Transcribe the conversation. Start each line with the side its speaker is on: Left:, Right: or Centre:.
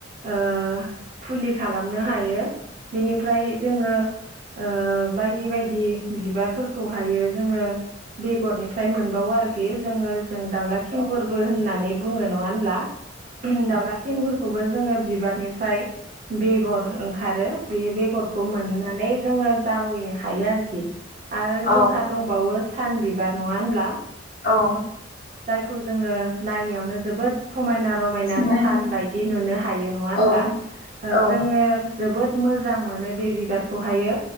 Right: ओ‌ फुलि खालामनो हायो बिनिफ्राय जोंङो। ओ बायदि बायदि बिबारफोरखौहायो जोङो बेगरनिफ्राय मोनबावो आरो आरोखि जोङो जों दावला खिंगुरबो होननानै बुङो नङा होनब्ला दाउला खेंगुरखौबो जोङो बिबारनिफ्राय बेगर ओंखारो बे बेगरखौ मोननानै जोङो जावैनो हायो आरोखि आरो जोंहा
Left: औ
Right: दंबावो सान बिबार नङा होनब्ला
Left: औ।
Right: खौ जोङो नायनायावनो जोबोद समायना रमायना
Left: सोंलायनो
Right: सान बायदि नुनो हायो नङा होनब्ला
Left: औ
Right: ओ
Left: औ
Right: जोङो जोबोद मोजां मोनो बे बिबारखौहायो